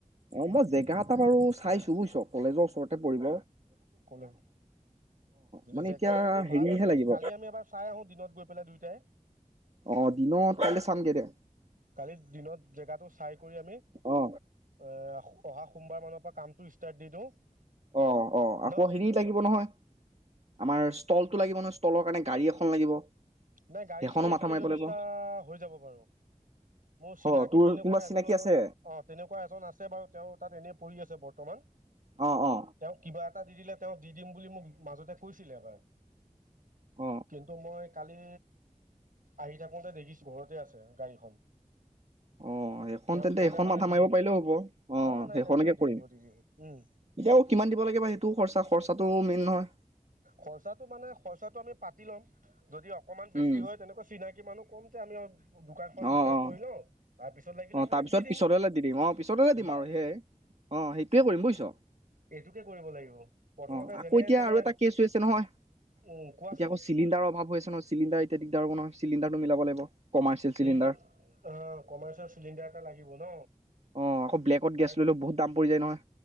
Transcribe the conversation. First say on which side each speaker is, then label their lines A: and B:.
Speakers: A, on the right (about 50°); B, on the right (about 85°).
A: অ মই জেগা এটা বাৰু চাইছো তু বুজিছ কলেজৰ ওচৰতে পঢ়িব
B: কলে যদি
A: মানে
B: জেগাতটো
A: এতিয়া
B: যদি
A: হেৰিহে
B: ভাল আছে
A: লাগিব
B: কালি আমি এবাৰ চাই আহো দিনত গৈ পেলাই দুইটাই
A: অ দিনত কাইলৈ চামগে দে
B: কালি দিনত জেগাটো চাই কৰি আমি এ
A: অ
B: অহা সোমবাৰ মানৰ পৰা কামটো ষ্টাৰ্ট দি দিওঁ।
A: অ' অ' আকৌ
B: ন
A: হেৰি লাগিব নহয় আমাৰ ষ্টলতটো লাগিব ন ষ্টলৰ কাৰণে গাড়ী এখন লাগিব।
B: নাই গাড়ী
A: সেইখনো
B: চাড়ী এইখিনি
A: মাথা মাৰিব
B: ব্যৱস্থা
A: লাগিব
B: হৈ যাব বাৰু মোৰ চিনাকী
A: অ তোৰ
B: তেনেকুৱা
A: কোনোবা চিনাকি
B: এজনৰ
A: আছে
B: অ তেনেকুৱা এজন আছে বাৰু তেওঁ তাত এনেই পৰি আছে বৰ্ত। বৰ্তমান
A: অ অ
B: তেওঁ কিবা এটা দি দিলে। তেওঁ দি দিম বুলি মোক মাজতে কৈছিলে এবাৰ।
A: অ
B: কিন্তু মই কালি আহি থাকোতে দেখিছো ঘৰতে আছে গাড়ীখন।
A: অ' সেইখন
B: তেওঁক
A: তেন্তে
B: ক'লে
A: এইখন
B: মানে
A: মাথা
B: দি
A: মাৰিব
B: দিব
A: পাৰিলেও হ'ব অ
B: নহয় নাই
A: সেইখনকে
B: নাই তেওঁ দি
A: কৰিম
B: দিব দি দিব উম
A: এতিয়া আ কিমান দিব লাগে বা সেইটোও খচা খৰচাটো নহয়
B: খৰচাটো মানে খৰচাটো আমি পাতি ল'ম। যদি অ। অকমান বেছি
A: উম
B: হয় তেনেকুৱা চিনাকি মানুহ কমতে আমি দোকানখন
A: অ
B: ষ্টাৰ্ট
A: অ
B: কৰি লওঁ। তাৰপিছত লাগিলে
A: অ'
B: আপোনাক
A: তাৰ পিছত
B: দি দিম
A: পিছতেলে দি দিম অ পিছতে দিম
B: বাছ
A: আৰু সেই অ সেইটোয়ে কৰিম বুজিছ
B: এইটোকে কৰিব লাগিব প্ৰথমতে
A: অ আকৌ
B: যেনে
A: এতিয়া।
B: তেনে
A: আৰু এটা কেছ হৈ আছে নহয়
B: উম কোৱাচোন
A: এতিয়া আকৌ চিলিণ্ডাৰৰ অভাৱ হৈছেছে নহয় চিলিণ্ডাৰ এতিয়া দিগদাৰ হব নহয়। চিলিণ্ডাৰটো মিলাব লাগিব। কমাৰ্চিয়েল চিলিণ্ডাৰ
B: অ কমাৰ্চ চিলিণ্ডাৰ এটা লাগিব ন
A: অ আকৌ ব্লেকত গেছ
B: তাৰ
A: ললেও বহুত দাম পৰি যায় নহয়